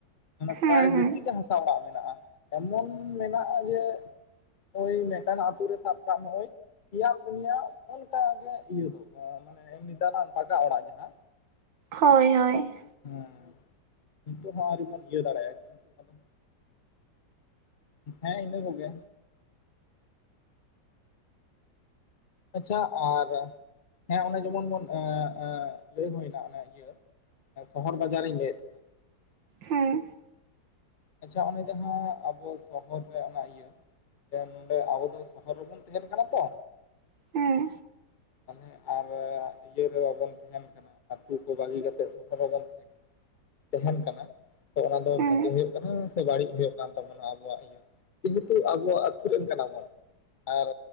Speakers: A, on the left; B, on the right.
A: ᱢᱟᱱᱮ
B: ᱦᱮᱸ
A: ᱯᱨᱟᱭ
B: ᱦᱮᱸ
A: ᱵᱮᱥᱤᱜ ᱜᱮ, ᱦᱟᱥᱟ ᱚᱲᱟᱜ ᱢᱮᱱᱟᱜᱼᱟ ᱮᱢᱚᱱ ᱢᱮᱱᱟᱜᱼᱟ ᱡᱮ ᱳᱭ ᱢᱮᱴᱟᱱ ᱟᱛᱩ ᱨᱮ ᱥᱟᱵ ᱠᱟᱜ ᱢᱮ ᱳᱭ ᱯᱤᱭᱟ ᱯᱩᱱᱭᱟ ᱚᱱᱠᱟᱜᱮ ᱤᱭᱟᱹ ᱫᱚ, ᱢᱟᱱᱮ ᱮᱢᱱᱤ ᱫᱟᱞᱟᱱ, ᱯᱟᱠᱟ ᱚᱲᱟᱜ ᱡᱟᱦᱟᱸ
B: ᱦᱳᱭᱻ ᱦᱳᱭᱻ᱾
A: ᱦᱮᱸ ᱱᱤᱛᱚᱜ ᱦᱚᱸ ᱟᱹᱣᱨᱤ ᱵᱚᱱ, ᱤᱭᱟᱹ ᱫᱟᱲᱮᱭᱟᱜᱼᱟ ᱠᱤᱱᱛᱩ ᱟᱫᱚ᱾ ᱦᱮᱸ ᱤᱱᱟᱹ ᱠᱚᱜᱮ᱾ ᱟᱪᱪᱷᱟ ᱟᱨ ᱦᱮᱸ, ᱚᱱᱮ ᱡᱮᱢᱚᱱ ᱵᱚᱱ ᱞᱟᱹᱭ ᱦᱳᱭ ᱮᱱᱟ, ᱚᱱᱟ ᱤᱭᱟᱹ ᱥᱚᱦᱚᱨ ᱵᱟᱡᱟᱨᱤᱧ ᱞᱟᱹᱭᱮᱫ ᱛᱟᱦᱮᱸ᱾
B: ᱦᱩᱸ,
A: ᱟᱪᱪᱷᱟ ᱚᱱᱮ ᱡᱟᱦᱟᱸ ᱟᱵᱚ ᱥᱚᱦᱚᱨ ᱨᱮ ᱚᱱᱟ ᱤᱭᱟᱹ ᱱᱚᱰᱮ ᱟᱵᱚ ᱫᱚ ᱥᱚᱦᱚᱨ ᱨᱮᱵᱩᱱ ᱛᱟᱦᱮᱱ ᱠᱟᱱᱟ ᱛᱚ
B: ᱦᱩᱸ
A: ᱛᱟᱦᱞᱮ ᱟᱨ ᱤᱭᱟᱹ ᱨᱮ ᱵᱟᱵᱚᱱ ᱛᱟᱦᱮᱱ ᱠᱟᱱᱟ ᱟᱹᱛᱩ ᱠᱚ ᱵᱟᱹᱜᱤ ᱠᱟᱛᱮ ᱥᱚᱦᱚᱨ ᱨᱮᱵᱚᱱ ᱛᱟᱦᱮᱱ ᱛᱟᱦᱮᱱ ᱠᱟᱱᱟ ᱛᱚ ᱚᱱᱟ ᱫᱚ
B: ᱦᱮᱸ
A: ᱵᱷᱟᱜᱮ ᱦᱩᱭᱩᱜ ᱠᱟᱱᱟ ᱥᱮ ᱵᱟᱹᱲᱤᱡ ᱦᱩᱭᱩᱜ ᱠᱟᱱ ᱛᱟᱵᱚᱱᱟ ᱟᱵᱚᱣᱟᱜ ᱤᱭᱟᱹ ᱡᱮᱦᱮᱛᱩ ᱟᱵᱚᱣᱟᱜ ᱟᱛᱳ ᱨᱮᱱ ᱠᱟᱱᱟ ᱵᱚᱱ ᱟᱨ